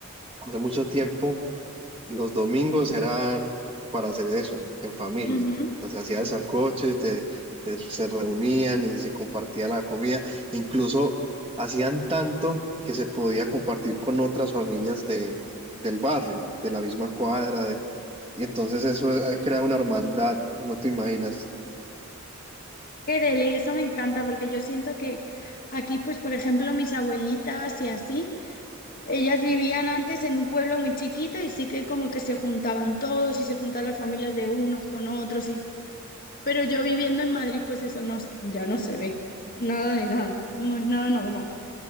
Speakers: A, on the right; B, on the left.
A: hace mucho tiempo los domingos eran para hacer eso, en familia.
B: Ujú.
A: O sea, se hacía el sancocho y te- te- se reunían y se compartía la comida. Incluso hacían tanto que se podía compartir con otras familias de, del barrio, de la misma cuadra. de- y entonces eso eh, crea una hermandad, no te imaginas.
B: Qué deli, eso me encanta porque yo siento que aquí, pues por ejemplo, mis abuelitas y así, ellas vivían antes en un pueblo muy chiquito y sí que como que se juntaban todos y se juntaban las familias de unos con otros y pero yo viviendo en Madrid, pues eso no, s- ya no se ve. Nada de nada, no es nada normal.